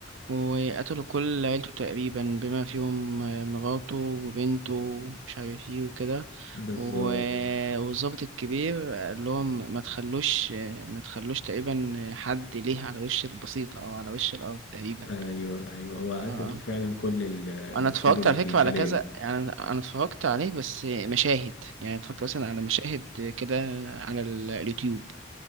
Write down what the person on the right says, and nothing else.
وقتلوا كل عيلته تقريبا بما فيهم آه، مراته وبنته ومش عارف ايه وكده
و- والضابط الكبير قال لهم ما تخلوش آه، ما تخلوش تقريبا حد ليه على وش البسيطة او على وش الارض تقريبا
اه
انا اتفرجت
على
فكره
على كذا
يعني انا أنا اتفرجت عليه بس مشاهد يعني اتفرجت مثلا على مشاهد كده على ال- اليوتيوب